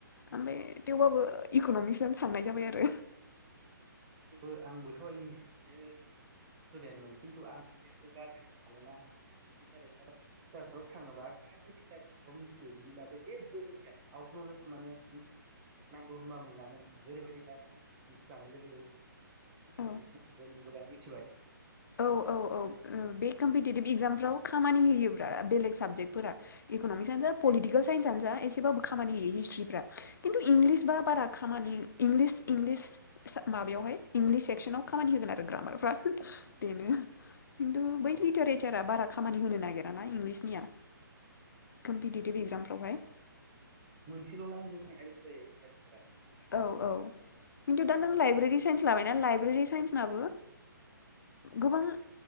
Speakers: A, on the left; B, on the right.
A: ओमफ्राय थेवबाबो इक'नमिक्सनो साननाय जाबाय आरो
B: आंबो आंबोथ' इंनो स्टुडेन्टमोन खिन्थु आं इंलिसखौ गारदों मानोना <unintelligible> थाङोबाखौ मिथियो बिनि बै जेबो मिथिया आवट नलेज माने नांगौ होनबा मोनानो ओेरैबायदि लानाय लोगो लोगो
A: औ
B: सिनायाखै नों गोबां मिथिबाय
A: औ औ औ बे कम्पिटिटिभ एगजामफ्राव खामानि होयोब्रा बेलेग साबजेक्टफोरा इकनमिक्स आनो जा पलिटिकेल साइन्सआनो जा एसेबाबो खामानि होयो हिस्ट्रिफ्रा खिन्थु इंलिस बा बारा खामानि इंलिस इंलिस माबायावहाय इंलिस सेक्सनाव खामानि होगोन आरो ग्रामारफ्रा बेनो खिनथु बै
B: औ
A: लिटारेसारा बारा खामानि होनो नागिरा ना इंलिसनिया कम्पिटिटिभ एगजामफ्रावहाय
B: मोनसेल' लाइनजों थांनाय बायदि जायो लिटारेसारा
A: औ औ खिन्थु दा नों लाइब्रेरि साइन्स लाबायना लाइब्रेरि साइन्सनाबो गोबां